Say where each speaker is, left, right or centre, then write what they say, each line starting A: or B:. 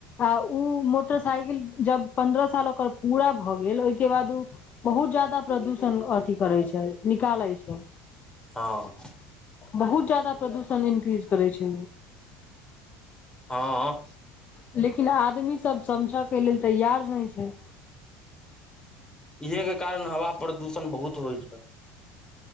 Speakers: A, on the left; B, on the left.
A: आ उ मोटरसाइकिल जब पन्द्रह साल ओकर पूरा भए गेल, ओहिके बाद ओ बहुत जादा प्रदूषण अथि करै छै निकालै छै
B: हँ
A: बहुत जदाा प्रदूषण इन्क्रीज करै छै।
B: हँ।
A: लेकिन आदमी सब समझय के लेल तैयार नहि छै।
B: इहे के कारण हवा प्रदूषण बहुत होइ छै।